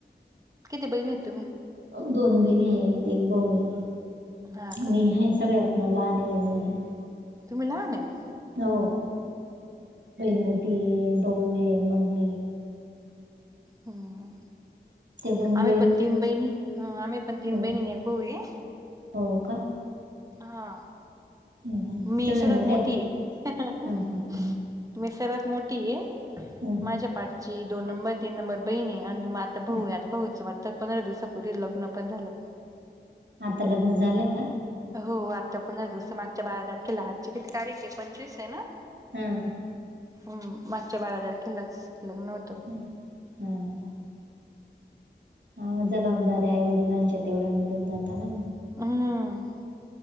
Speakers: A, on the right; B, on the right.
A: किती बहिणी आहेत? तुम्ही
B: अं, दोन बहिणी आहेत, एक भाऊ आहे.
A: हा
B: मी
A: का
B: आहे सगळ्यात लहान नी नी.
A: तुम्ही लहान आहेत?
B: हो, <unintelligible> भाऊय, मग मी.
A: हम्म,
B: ते
A: आम्ही
B: बही
A: पण तीन बहिणी, हा आम्ही पण तीन
B: हो,
A: बहिणी आणि एक भाऊ आहे.
B: हो का?
A: हा,
B: हं, हं.
A: मी
B: तुम्ही
A: सर्वात
B: मोठे
A: मोठीये.
B: आहेत का?
A: <unintelligible>
B: हां, हां, हां.
A: मी सर्वात मोठी आहे.
B: हं, हं,
A: माझ्या पाठची दोन नंबर तीन नंबर बहिणीय आणि मग आता भाऊ
B: हं.
A: आहे. आता भाऊचं <unintelligible> पंधरा दिवसापूर्वी लग्न पण झालं.
B: आता लग्न झालंय का?
A: हो, आता पंधरा दिवस मागच्या बारा तारखेला आजची किती तारीख आहे पंचवीस आहे ना.
B: हम्म.
A: हम्म, मागच्या बारा तारखेलाचं लग्न होतं.
B: हम्म. हम्म. हा जबाबदारी आईवडीलांच्या तेवढ्या मिटून जाता ना.
A: हम्म.